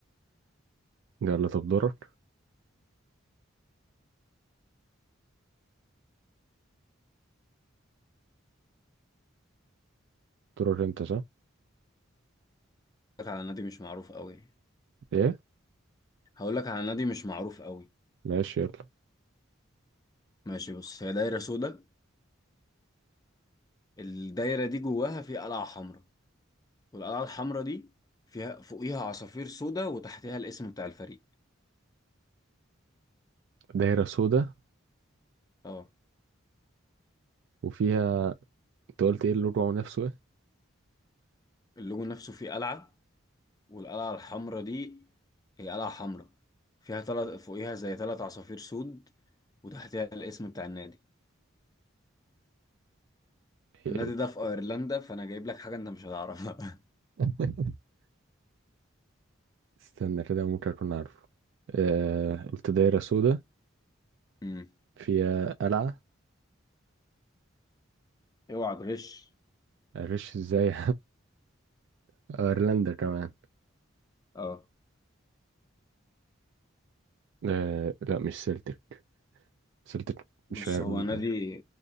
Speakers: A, on the right; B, on the left.
A: يلا طب دورك دورك انت صح
B: هقولك على نادي مش معروف قوي
A: ايه
B: هقول لك على نادي مش معروف قوي
A: ماشي يلا
B: ماشي بص هي دايرة سودا الدايرة دي جواها في قلعة حمراء والقلعة الحمراء دي فيها فوقيها عصافير سودا وتحتها الاسم بتاع الفريق
A: دايره سودا
B: اه
A: وفيها انت قلت ايه اللوجو نفسه ايه
B: اللوجو نفسه فيه قلعة والقلعة الحمراء دي هي قلعة حمراء فيها تلت فوقيها زي تلت عصافير سود وتحتها الاسم بتاع النادي
A: هي
B: النادي
A: إيه،
B: ده في ايرلندا فانا جايب لك حاجة انت مش هتعرفها <laughs>
A: <laughs> استنى كده ممكن اكون عارفه آه... قلت دايره سودا
B: امم
A: فيها قلعه
B: اوعى تغش
A: معرفش ازاي <laughs> ايرلندا كمان
B: اه
A: آه... لا مش سلتك سيلتيك
B: بص
A: مش فايرلاند
B: هو نادي